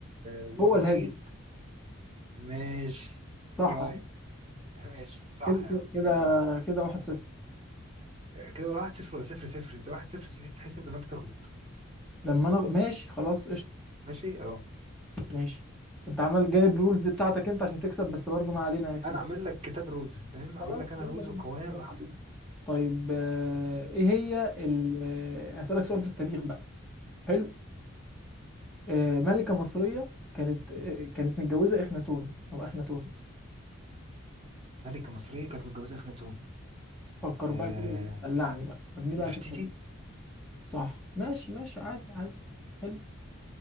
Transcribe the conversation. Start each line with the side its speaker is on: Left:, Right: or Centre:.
Right: والمحيط
Centre: هو الهادي
Right: ماشي
Centre: صح
Right: طيب <laughs> ماشي صح
Centre: كده كده
Right: يا عم
Centre: كده
Right: يلا بينا
Centre: كده واحد صفر
Right: كده ولا واحد صفر ولا صفر صفر انت واحد صفر سيدي تحسب لما انت تغلط
Centre: لما انا ماشي خلاص قشطه
Right: ماشي اه
Centre: ماشي انت عمال جايب رولز بتاعتك انت عشان تكسب بس برضو ما علينا هكسب
Right: انا اعمل لك كتاب رولز فاهم
Centre: خلاص
Right: اعمل لك انا
Centre: يلا
Right: رولز
Centre: بينا
Right: والقوانين اللي
Centre: يلا
Right: حاططها
Centre: بينا طيب آه، ايه هي ال... آه، هسألك سؤال في التاريخ بقى حلو آه، ملكة مصرية كانت آه، كانت متجوزة اخناتون او اخناتون
Right: ملكه مصريه كانت متجوزه اخناتون
Centre: فكر
Right: آه...
Centre: بقى كده دلعني بقى وريني بقى
Right: نفرتيتي
Centre: تكتب صح ماشي ماشي عادي عادي حلو